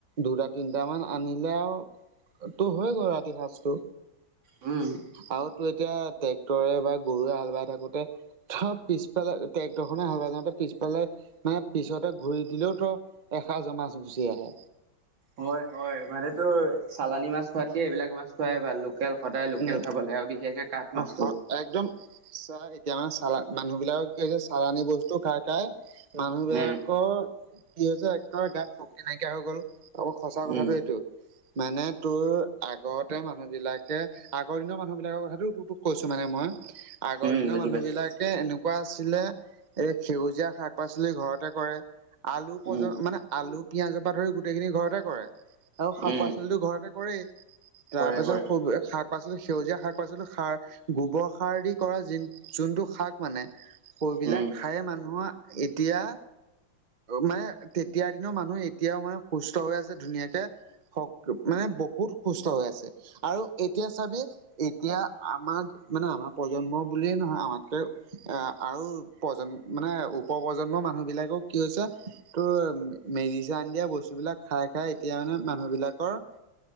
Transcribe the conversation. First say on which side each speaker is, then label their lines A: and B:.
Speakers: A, on the right; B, on the right.
A: দুটা তিনটামান আনিলে আৰু তটো হৈ গ'ল ৰাতি সাঁজটো।
B: উম,
A: আৰু তো এতিয়া ট্ৰেক্টৰে বা গৰুৱে হাল বাই থাকোতে। পিছফালে ট্ৰেক্টৰখনে হাল বায় ঠাকুতে পিছফালে, মানে পিছতে ঘূৰি দিলেও তো এসাঁ জ মাছ গুচি আহে।
B: হয়-হয় মানে তো চালানী মাছ খোৱাতকে এইবিলাক মাছ খোৱাই ভাল। লোকেল সদায় লোকেল
A: উম
B: খাব লাগে আৰু বিশেষকে কাঠ মাছটো।
A: অ হ- একদম চাহ এতিয়া মানে চাল মানুহ বিলাকে কি হৈছে চালানী বস্তু খাই-খাই। মানুহবিলাকৰ
B: উম
A: কি হৈছে একাৰে গাত শক্তি নাইকিয়া হৈ গ'ল। অকলৌ সঁচা কথাটো
B: উম
A: এইটো মানে তোৰ আগতে মানুহবিলাক, আগৰ দিনৰ মানুহ বিলাকৰ কথাত টু টুক কৈছো মানে মই আগৰ
B: উম
A: দিনৰ
B: বুজি
A: মানুহ
B: পাইছো
A: বিলাক, এনেকুৱা আছিলে এই সেউজীয়া শাক পাচলি ঘৰতে কৰে। আলু প্ৰ
B: উম
A: মানে আলু পিয়য়াজৰ পৰা ধৰি গোটেইখিনি ঘৰতে কৰে। আৰু শাক
B: উম
A: পাচলিটো ঘৰতে কৰেই
B: কৰে
A: তাৰপিছত
B: কৰে
A: শাক পাচলো সেউজীয়া শাক পাচলো সাৰ। গোবৰ সাৰ দি কৰা য যোনটো শাক মানে সেইবিলাক
B: উম
A: খায় মানুহৰ, এতিয়া মানে তেতিয়াৰ দিনৰ মানুহ এতিয়াও মানে সুস্থ হৈ আছে ধুনীয়াকে। মানে বহুত সুস্থ হৈ আছে আৰু এতিয়া চাবি এতিয়া আমাৰ মানে আমাৰ প্ৰজন্ম বুলিয়ে নহয় আমাতকে এ আৰু প্ৰজন্ম মানে উপ প্ৰজন্মৰ মানুহ বিলাকেও কি হৈছে তোৰ মেডিচাইন দিয়া বস্তুবিলাক খাই খাই এতিয়া মানে মানুহবিলাকৰ